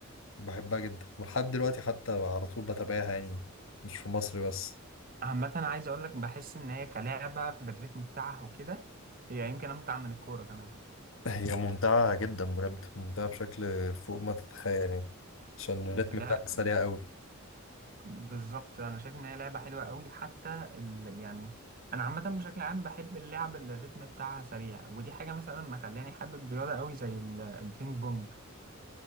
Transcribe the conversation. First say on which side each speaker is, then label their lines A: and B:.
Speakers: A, on the left (about 65°); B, on the right (about 45°).
A: بحبها جدا ولحد دلوقتي حتى على طول بتابعها يعني مش في مصر بس
B: عامة عايز أقول لك بحس إن هي كلعبة بالريتم بتاعها وكده هي يمكن أمتع من الكورة كمان
A: هي ممتعة جدا بجد ممتعة بشكل فوق ما تتخيل يعني عشان الريتم
B: لا
A: بتاعها سريع قوي
B: بالظبط انا شايف ان هي لعبه حلوه قوي حتى ال... يعني انا عامه بشكل عام بحب اللعب اللي الريتم بتاعها سريع ودي حاجه مثلا ما خلاني حابب رياضه قوي زي ال- البينج بونج